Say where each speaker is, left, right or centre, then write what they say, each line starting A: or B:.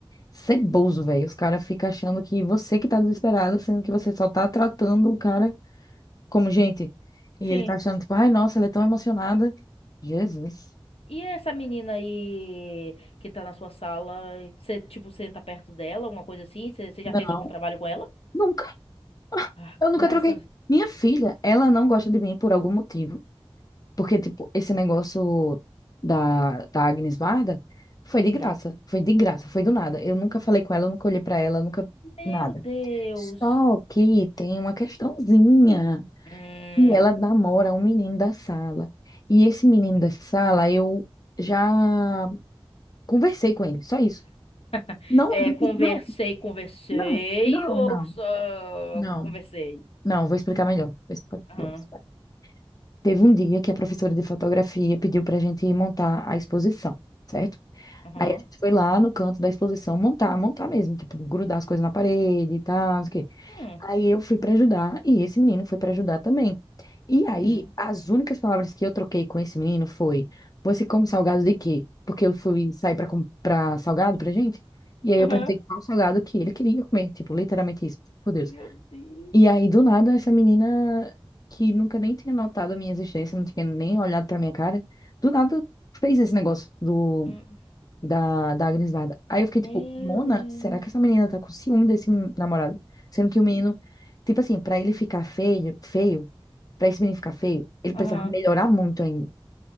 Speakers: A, on the left; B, on the left.
A: ceboso, velho. Os caras ficam achando que você que tá desesperado, sendo que você só tá tratando o cara como gente.
B: sim.
A: E ele tá achando, tipo, ai, nossa, ela é tão emocionada. Jesus.
B: E essa menina aí que tá na sua sala, você, tipo, senta perto dela, alguma coisa assim? Você você já
A: Não,
B: fez algum trabalho com ela?
A: nunca.
B: Ah,
A: Eu nunca
B: graças.
A: troquei. Minha filha, ela não gosta de mim por algum motivo. Porque, tipo, esse negócio da, da Agnes Varda foi de
B: Uhum.
A: graça. Foi de graça, foi do nada. Eu nunca falei com ela, eu nunca olhei pra ela, nunca.
B: Meu
A: Nada.
B: Deus.
A: Só que tem uma questãozinha.
B: Hum.
A: E ela namora um menino da sala. E esse menino da sala, eu já conversei com ele, só isso.
B: <laughs>
A: Não,
B: É, conversei,
A: não,
B: conversei
A: não, não,
B: ou
A: não,
B: só
A: não.
B: conversei?
A: Não, vou explicar melhor. Vou explicar-
B: Aham,
A: vou explicar. Teve um dia que a professora de fotografia pediu pra gente montar a exposição. certo?
B: aham.
A: Aí a gente foi lá no canto da exposição montar, montar mesmo, tipo, grudar as coisas na parede e tal, não sei o quê.
B: Hum,
A: Aí eu fui pra ajudar e esse menino foi pra ajudar também. E aí,
B: Uhum.
A: as únicas palavras que eu troquei com esse menino foi: Você come salgado de quê? Porque eu fui sair pra comprar salgado pra gente. E aí
B: Aham.
A: eu perguntei qual salgado que ele queria comer, tipo, literalmente isso. Por Deus.
B: Meu Deus.
A: E aí, do nada, essa menina que nunca nem tinha notado a minha existência, não tinha nem olhado pra minha cara, do nada fez esse negócio do
B: Hum.
A: da, da Agnes Varda. Aí eu fiquei
B: Meu
A: tipo, Mona,
B: Deus.
A: será que essa menina tá com ciúme desse men- namorado? Sendo que o menino,
B: Hum,
A: tipo assim, pra ele ficar feio, feio, pra esse menino ficar feio, ele
B: Aham.
A: precisava melhorar muito ainda,